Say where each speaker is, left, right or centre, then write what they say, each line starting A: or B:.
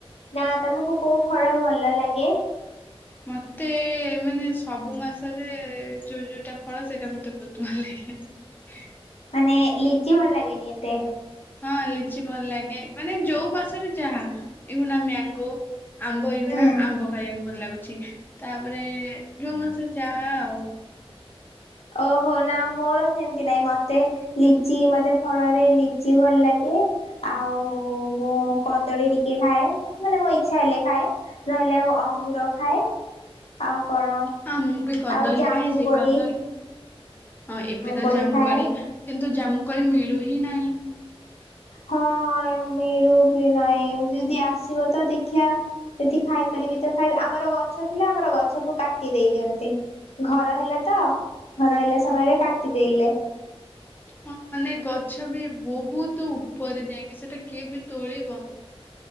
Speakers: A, on the left; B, on the left.
A: ନା ତମକୁ କୋଉ ଫଳ ଭଲ ଲାଗେ?
B: ମତେ ମାନେ ସବୁ ମାସରେ ଯୋଉ ଯୋଉଟା ଫଳ ସେଇଟା ମତେ ବହୁତ ଭଲ ଲାଗେ ।
A: ମାନେ ଲିଚି ଭଲ ଲାଗେନି ଏତେ?
B: ହଁ ଲିଚି ଭଲ ଲାଗେ ମାନେ ଯୋଉ ମାସରେ ଯାହା, ଏଇଖଣା ମ୍ୟାଙ୍ଗୋ। ଆମ୍ବ ଇଗୁଣା
A: ହୁଁ
B: ଆମ୍ବ ଖାଇବାକୁ ଭଲ ଲାଗୁ ଛି ତାପରେ ଯୋଉ ମାସରେ ଯାହା ଆଉ।
A: ଓହୋ ନା ମୋର ସେମିତି ନାହିଁ ମତେ ଲିଚି ମତେ ଫଳରେ ଲିଚି ଭଲ ଲାଗେ ଆଉ ମୁଁ କଦଳୀ ଟିକେ ଖାଏ ମାନେ ମୋ ଇଛା ହେଲେ ଖାଏ ନହେଲେ ଆଉ ଅଙ୍ଗୁର ଖାଏ। ଆଉ କଣ
B: ହଁ ମୁଁ ବି କଦଳୀ
A: ଆଉ ଜାମୁ
B: ଖାଇ ଯେ
A: କୋଳି
B: କଦଳୀ। ହଁ ଏବେ ତ
A: କୋଳି
B: ଜାମୁ
A: ଖାଏ।
B: କଲି କିନ୍ତୁ ଯା ଜାମୁ କୋଳି ମିଳୁ ହିଁ ନାହିଁ।
A: ହଁ ମିରୁ ଭି ନାହିଁ। ଯଦି ଆସିବ ତ ଦେଖିବା ସେଠି ଖାଇପାରିବି ତ ଖାଇବି, ଆମର ଗଛ ଥିଲା ଆମର ଗଛକୁ କାଟି ଦେଇଛନ୍ତି, ଘର ହେଲା ତ। ଘର ହେଲା ସମୟରେ
B: ହଁ
A: କାଟିଦଲେ।
B: ହଁ ମାନେ ଗଛ ବି। ବହୁତ ଉପରେ ଯାଇକି ସେଟା କିଏ ବି ତୋଳିବ।